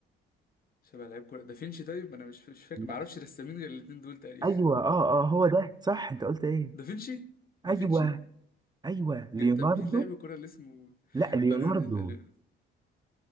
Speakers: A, on the left; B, on the right.
A: شبه لعيب كورة دافينشي طيب انا مش مش فاكر
B: لا،
A: ما اعرفش رسامين غير الاتنين دول تقريبا
B: ايوه اه اه هو ده صح انت قلت ايه
A: دافينشي
B: ايوه
A: دافينشي
B: ايوه ليوناردو
A: ج- طب مين لاعب الكورة اللي اسمه
B: لا ليوناردو
A: قالوا قالوا-